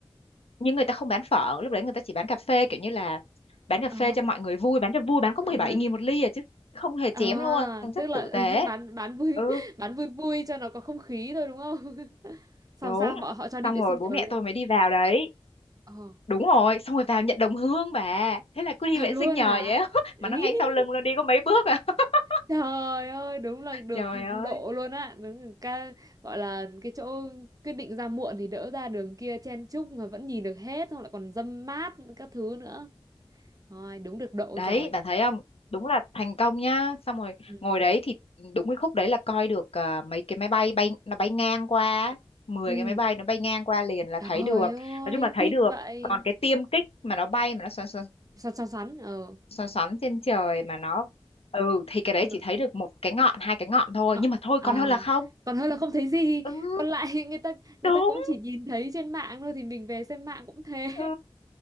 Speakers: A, on the left (about 80°); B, on the right (about 40°).
A: nhưng người ta không bán phở lúc đấy người ta chỉ bán cà phê kiểu như là bán cà
B: ờ
A: phê cho mọi người vui bán cho vui bán có
B: mọi
A: mười bảy
B: người
A: nghìn một ly à chứ không hề
B: à
A: chém luôn
B: tức
A: rất
B: là
A: tử tế
B: <laughs> bán bán vui
A: ừ
B: <laughs> bán vui vui cho nó có không khí thôi đúng không <laughs> xong
A: đúng
B: sao bọn họ cho đi
A: xong
B: vệ
A: rồi
B: sinh
A: bố
B: nhờ
A: mẹ
B: luôn
A: tôi mới đi vào đấy
B: ờ
A: đúng rồi xong rồi vào nhận đồng hương bà thế là cứ đi
B: thật
A: vệ
B: luôn
A: sinh nhờ
B: hả
A: vậy á. <laughs>
B: <laughs>
A: mà nó ngay sau lưng nó đi có mấy bước à <laughs>
B: Trời ơi, đúng là được
A: trời ơi
B: độ luôn á, đúng là ca gọi là cái chỗ quyết định ra muộn thì đỡ ra đường kia chen chúc mà vẫn nhìn được hết, xong lại còn dâm mát các thứ nữa. Thôi, đúng được độ
A: đấy
B: rồi.
A: bà thấy không đúng là thành công nhá xong rồi
B: Ừ.
A: ngồi đấy thì đúng cái khúc đấy là coi được à, mấy cái máy bay bay nó bay ngang qua á. 10
B: Ừ.
A: cái máy bay nó bay ngang qua liền là
B: Trời
A: thấy được
B: ơi,
A: nói chung là thấy
B: thích
A: được
B: vậy.
A: còn cái tiêm kích mà nó bay mà nó xoắn xoắn
B: Xoắn xoắn xoắn ờ
A: xoắn xoắn trên trời mà nó ừ thì cái đấy
B: ng-
A: chỉ thấy được một cái ngọn hai cái ngọn thôi
B: ngọn
A: nhưng mà thôi
B: à
A: còn hơn là không
B: còn hơn là không thấy gì,
A: ừ
B: còn lại <laughs> người ta người
A: đúng
B: ta cũng chỉ nhìn thấy trên mạng thôi thì mình về xem mạng cũng thế.
A: ừ